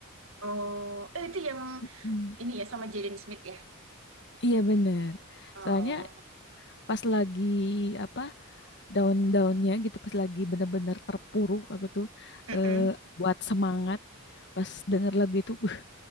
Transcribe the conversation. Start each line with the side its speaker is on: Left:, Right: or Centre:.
Right: Oh, eh, itu yang
Left: Mm.
Right: ini ya sama Jaden Smith ya.
Left: Iya bener.
Right: Oh,
Left: Soalnya pas lagi apa daun-daunnya gitu, pas lagi bener-bener terpuruk aku tuh
Right: mm
Left: eh, buat semangat. Pas denger lagu itu, uh,